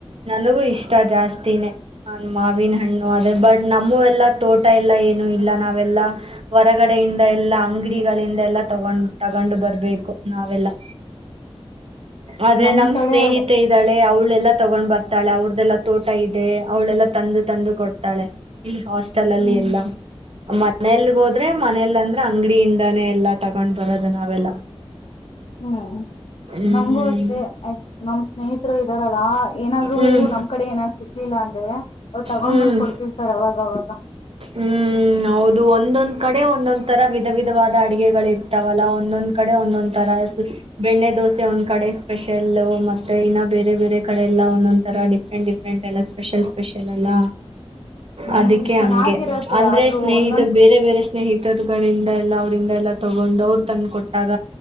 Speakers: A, on the right; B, on the left.
A: ನನಗೂ ಇಷ್ಟ ಜಾಸ್ತಿನೇ ನ ಮಾವಿನ ಹಣ್ಣು ಅದೇ ಬಟ್ ನಮ್ಮ ಎಲ್ಲ ತೋಟ ಎಲ್ಲ ಏನು ಇಲ್ಲ ನಾವೆಲ್ಲ ಹೊರಗಡೆಯಿಂದ ಎಲ್ಲಾ ಅಂಗಡಿಗಳಿಂದ ಎಲ್ಲ ತಗೊಂಡ್ ತಗೊಂಡು ಬರ್ಬೇಕು ನಾವೆಲ್ಲಾ
B: <unintelligible>
A: ಅದೇ
B: ನಮ್
A: ನಮ
B: ಕಡೆ
A: ಸ್ನೇಹಿತ
B: ಅದೇ
A: ಇದ್ದಾಳೆ ಅವಳ ಅವಳೆಲ್ಲಾ ತಗೊಂಡ್ ಬರ್ತಾಳೆ ಅವ್ರ್ದೆಲ್ಲಾ ತೋಟ ಇದೆ ಅವ್ಳೆಲ್ಲಾ ತಂದು ತಂದು ಕೊಡ್ತಾಳೆ ಇ ಹಾಸ್ಟೆಲ್ ಅಲ್ಲಿ
B: ಹ್ಮ್
A: ಎಲ್ಲ ಮನಲ್ಗ ಹೋದ್ರೆ ಮನೇಲಿ ಅಂದ್ರೆ ಅಂಗಡಿಯಿಂದಾನೆ ಎಲ್ಲಾ ತಗೊಂಡ್ ಬರದ ನಾವೆಲ್ಲ
B: ಹ್ಮ್
A: ಹ್ಮ್
B: ನಮ್ಗೂ ಅಷ್ಟೇ ನಮ್ ಸ್ನೇಹಿತರು ಇದ್ದಾರಲ್ಲ ಏನಾದರು
A: ಹ್ಮ್
B: ನಮ್ ಕಡೆ ಏನಾದ್ರು ಸಿಕ್ಲಿಲ್ಲ ಅವ್ ತಗೊಂಡ್
A: ಹ್ಮ್ ಹ್ಮ್
B: ಬಂದ್ ಕೊಡ್ತೀರ್ ಸರ್ ಅವಾಗ ಅವಾಗ
A: ಹ್ಮ್ ಹೌದು ಒಂದೊ ಕಡೆ ಒಂದೊಂದ್ ತರ ವಿಧ ವಿಧವಾದ ಅಡಗೆಗಳು ಇರ್ತಾವಲ್ಲ ಒಂದೊಂದ್ ಕಡೆ ಒಂದೊಂದ್ ತರ ಬೆಣ್ಣೆ ದೋಸೆ ಒಂದ್ ಕಡೆ ಸ್ಪೆಷಲ್ ಮತ್ತೆ ಇನ್ನ ಬೇರೆ ಬೇರೆ ಕಡೆ ಎಲ್ಲ ಒಂದೊಂದ್ ತರ ಡಿಫ್ರೆಂಟ್ ಡಿಫ್ರೆಂಟ್ ಎಲ್ಲ ಸ್ಪೆಷಲ್ ಸ್ಪೆಷಲ್ ಅಲ್ಲ
B: ಹ್ಮ್
A: ಅದಕ್ಕೆ
B: ಚೆನ್ನಾಗಿರತ್ತೆ
A: ಹಂಗೆ ಅಂದ್ರೆ
B: ಆದ್ರೂ
A: ಸ್ನೇಹಿತರು
B: ಒಂದೊಂದ್
A: ಬೇರೆ ಬೇರೆ ಸ್ನೇಹಿತರುಗಳಿಂದ ಎಲ್ಲಾ ಅವ್ರಂದ ಎಲ್ಲ ತಗೊಂಡು ಅವರು ತಂದ ಕೊಟ್ಟಾಗ